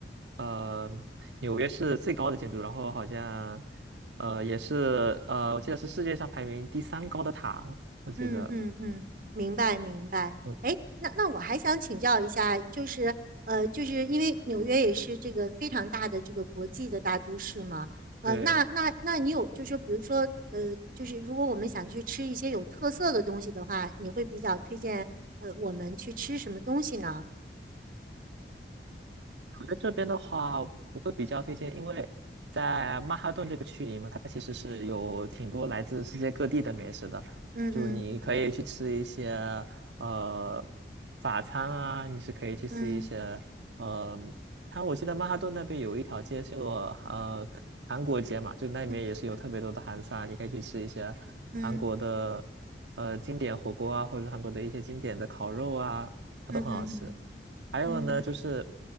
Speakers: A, on the right; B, on the right.
A: 呃纽约市最高的建筑，然后好像呃也是呃我记得是世界上排名第三高的塔，我记得
B: 嗯嗯嗯，明白明白。
A: 嗯
B: 哎，那那我还想请教一下，就是呃，就是因为纽约也是这个非常大的这个国际的大都市嘛，呃，
A: 对。
B: 那那那你有就是比如说呃，就是如果我们想去吃一些有特色的东西的话，你会比较推荐呃我们去吃什么东西呢？
A: 我在这边的话，我会比较推荐，因为在曼哈顿这个区域嘛，它其实是有挺多来自世界各地的美食的。
B: 嗯嗯
A: 就你可以去吃一些呃法餐啊，你是可以去吃一些呃，
B: 嗯
A: 它我记得曼哈顿那边有一条街是有呃韩国街嘛，就那里面也是有特别多的韩餐，
B: 嗯
A: 你可以去吃一些韩国的呃经典火锅啊，
B: 嗯
A: 或者韩国的一些经典的烤肉啊，它都很好吃。
B: 嗯嗯
A: 还有呢，
B: 嗯
A: 就是